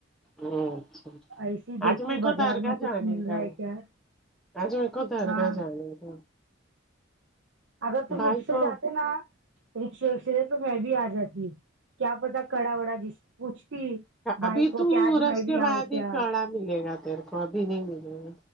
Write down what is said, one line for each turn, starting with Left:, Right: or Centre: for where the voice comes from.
Centre: ا اچھا اچھا
Right: ایسی دیکھتی
Centre: آج میرے
Right: ہوں بازار
Centre: جو درگاہ
Right: میں کچھ
Centre: جانے
Right: مل
Centre: کا
Right: رہا
Centre: ہے
Right: کیا
Centre: اج میں کو درگاہ
Right: ہاں
Centre: جانے کا ہے
Right: اگر تم
Centre: بھائی
Right: مجھ سے
Centre: کو
Right: جاتے نا رکشے وکشے د تو میں بھی آ جاتی کیا پتا کڑا وڑا جس پوچھتی بھائی
Centre: ابھی
Right: کو
Centre: تو
Right: کہ آج
Centre: رس
Right: میں بھی
Centre: کے بعد
Right: آؤں
Centre: ہی
Right: کیا
Centre: کڑا ملے گا تیر کو ابھی نہیں ملے گا